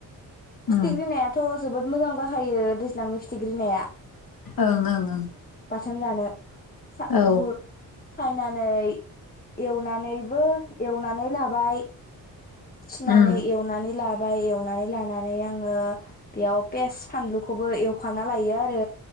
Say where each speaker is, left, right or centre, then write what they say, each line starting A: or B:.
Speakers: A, on the left; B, on the left.
A: फिथिग्रि
B: ओम
A: नायाथ' जोबोद मोजां जाखायो दैज्लांनि फिथिग्रि नाया
B: ओं ओं ओं
A: बिथों जानो सा
B: औ
A: गुुर फायनानै एवनानैबो एवनानै लाबाय सुनानै
B: उम
A: एवनानै लाब ओमफ्राय एवनानै लानानै आङो बेयाव पेस फानलुखौबो एवखाना लायो आरो